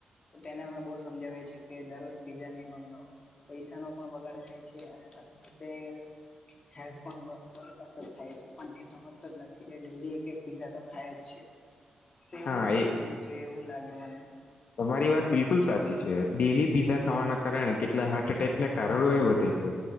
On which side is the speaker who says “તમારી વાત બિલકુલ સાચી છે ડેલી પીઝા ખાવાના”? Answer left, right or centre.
Left